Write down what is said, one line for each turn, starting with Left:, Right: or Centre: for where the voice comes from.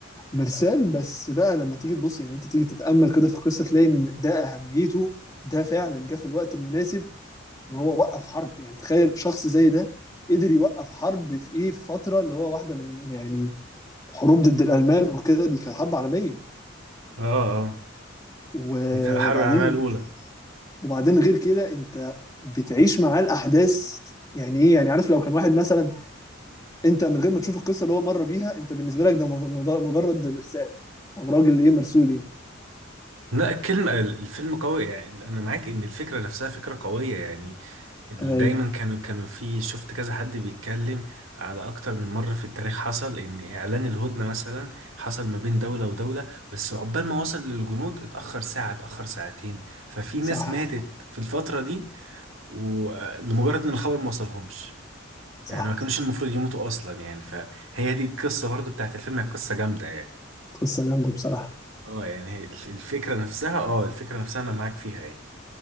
Left: مرسال بس بقى لما تيجي تبص يعني انت تيجي تتامل كده في القصه تلاقي ان ده اهميته ده فعلا جه في الوقت المناسب ان هو وقف حرب يعني تخيل شخص زي ده قدر يوقف حرب في ايه في فتره اللي هو واحده من يعني حروب ضد الالمان وكده دي كانت حرب عالميه
Right: اه اه
Left: وبعدين
Right: بتاع الحرب العالميه الاولى
Left: وبعدين غير كده انت بتعيش معاه الاحداث يعني ايه يعني عارف لو كان واحد مثلا انت من غير ما تشوف القصه اللي هو مر بيها انت بالنسبه لك ده مض- مجرد مرسال او راجل ايه مرسول يعني
Right: لا الكلمه الفيلم قوي يعني انا معاك ان الفكره نفسها فكره قويه يعني ال-
Left: ايوه
Right: دايما كانوا كانوا في شفت كذا حد بيتكلم على اكتر من مرة في التاريخ حصل ان اعلان الهدنة مثلا حصل ما بين دولة ودولة بس عقبال ما وصل للجنود اتأخر ساعة اتأخر ساعتين ففي ناس
Left: صح
Right: ماتت في الفترة دي ولمجرد ان الخبر ما وصلهمش
Left: صح
Right: يعني ما كانوش المفروض يموتوا اصلا يعني فهي دي القصة برضو بتاعت الفيلم هي قصة جامدة يعني
Left: قصه جامده بصراحه
Right: اه يعني هي الف- الفكرة نفسها اه الفكرة نفسها انا معاك فيها يعني